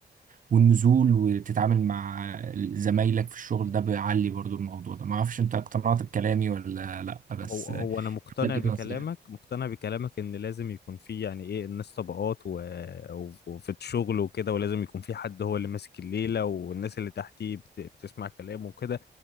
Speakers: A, on the right (about 45°); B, on the left (about 60°).
A: والنزول وتتعامل مع زمايلك في الشغل ده بيعلي برضو الموضوع ده ما اعرفش انت اقتنعت بكلامي ولا لا بس
B: هو هو انا مقتنع
A: بديك
B: بكلامك
A: نصيحة
B: مقتنع بكلامك ان لازم يكون في يعني ايه الناس طبقات و... وفي الشغل وكده ولازم يكون في حد هو اللي ماسك الليلة والناس اللي تحتيه بت... بتسمع كلامه وكده